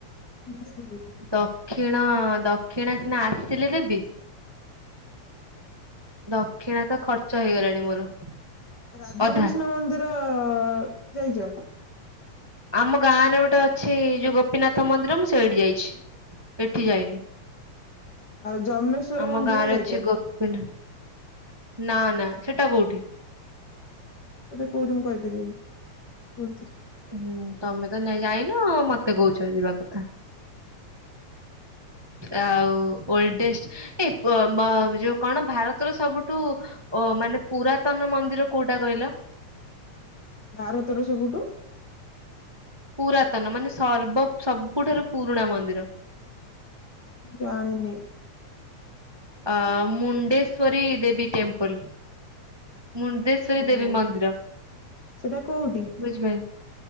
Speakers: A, on the left; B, on the right.
A: ମୁଁ। <unintelligible>
B: ଦକ୍ଷିଣ ଦକ୍ଷିଣା ସିନା ଆସିଲେ ଦେବି। ଦକ୍ଷିଣା ତ ଖର୍ଚ୍ଚ ହେଇଗଲାଣି ମୋର।
A: ରାଧାକୃଷ୍ଣ
B: ଅଧା
A: ମନ୍ଦିର ଯାଇଚ?
B: ଆମ ଗାଁରେ ଗୋଟେ ଅଛି ଯୋଉ ଗୋପୀନାଥ ମନ୍ଦିର ମୁଁ ସେଇଠି ଯାଇଛି ଏଠି ଯାଇନି।
A: ଆଉ ଯମେଶ୍ଵର
B: ଆମ
A: ମନ୍ଦିର
B: ଗାଁରେ
A: ଯାଇଚ?
B: ଅଛି ଗୋପୀନା ନା ନା ହେଟା କୋଉଠି?
A: କୋଉଠି ମୁଁ କହିପାରିବିନି ଶୁଣିଥିଲି।
B: ହୁଁ ତମେ ତ ନାଇ ଯାଇନ ଆଉ ମତେ କୋହୁଛ ଯିବା କଥା। ଆଉ ଓଲଡେଷ୍ଟ ଏଇ ପ-ମ-ଯୋଉ କଣ ଭାରତର ସବୁଠୁ ଅ ମାନେ ପୁରାତନ ମନ୍ଦିର କୋଉଟା କହିଲ?
A: ଭାରତର ସବୁଠୁ
B: ପୁରାତନ ମାନେ ସର୍ବ ସବୁଠାରୁ ପୁରୁଣା ମନ୍ଦିର।
A: ଜାଣିନି।
B: ଅ ମୁଣ୍ଡେଶ୍ଵରୀ ଦେବୀ ଟେମ୍ପୁଲ। ମୁଣ୍ଡେଶ୍ଵରୀ
A: ଓହୋ
B: ଦେବୀ ମନ୍ଦିର
A: ସେଟା କୋଉଠି
B: ବୁଝିପା